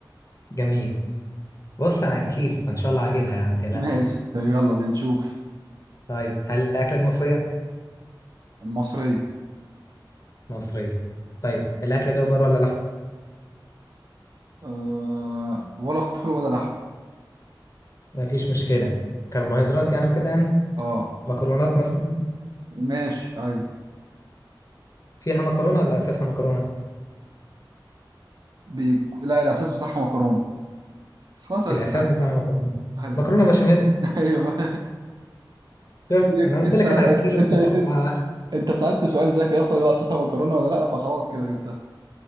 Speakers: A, on the left; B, on the right.
A: جميل بص انا اكيل فان شاء الله هجيبها يعني ما تقلقش
B: ماشي طيب يلا بينا نشوف
A: طيب هل الاكله دي مصريه
B: المصرية
A: مصريه طيب الاكله دي خضار ولا لحم
B: أه... ولا خضار ولا لحم
A: مفيش مشكله كربوهيدرات يعني وكده يعني
B: اه
A: مكرونات مثلا
B: ماشي ايوه
A: فيها مكرونه ولا اساسها مكرونه
B: بي... لا الاساس بتاعها مكرونة خلاص عرفتها
A: الاساس بتاعها مكرونه
B: ايوه
A: مكرونه بشاميل
B: <laughs> ايوه
A: شفت
B: يك-
A: انا قلت
B: انت
A: لك انا اكيل
B: انت
A: مش هتاخد معايا وقت
B: انت سألت سؤال ذكي اصلا اللي هو اساسها مكرونة ولا لا فخلاص كده جبتها